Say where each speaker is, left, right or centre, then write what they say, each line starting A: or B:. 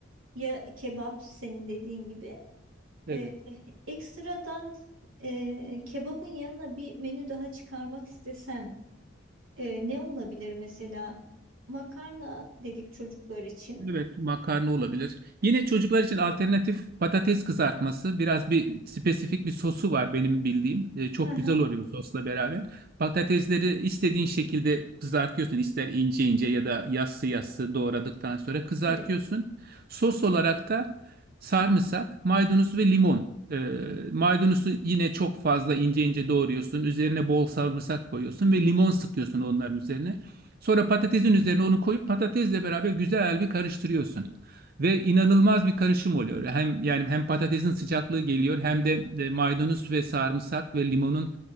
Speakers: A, on the right (about 80°); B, on the right (about 50°).
A: ya kebap senin dediğin gibi.
B: Evet.
A: Ee, ekstradan e, kebabın yanına bir menü daha çıkarmak istesem e, ne olabilir mesela? Makarna dedik çocuklar için.
B: Evet, makarna olabilir. Yine çocuklar için alternatif patates kızartması. Biraz bir spesifik bir sosu var benim bildiğim. Ee, çok
A: Hı hı,
B: güzel oluyor sosla beraber. Patatesleri istediğin şekilde kızartıyorsun. İster ince ince ya da yassı yassı doğradıktan sonra kızartıyorsun.
A: evet.
B: Sos olarak da sarımsak, maydanoz ve limon. Ee, maydanozu yine çok fazla ince ince doğruyorsun. Üzerine bol sarımsak koyuyorsun ve limon sıkıyorsun onların üzerine. Sonra patatesin üzerine onu koyup patatesle beraber güzel bir karıştırıyorsun. Ve inanılmaz bir karışım oluyor. Hem yani hem patatesin sıcaklığı geliyor hem de de maydanoz ve sarımsak ve limonun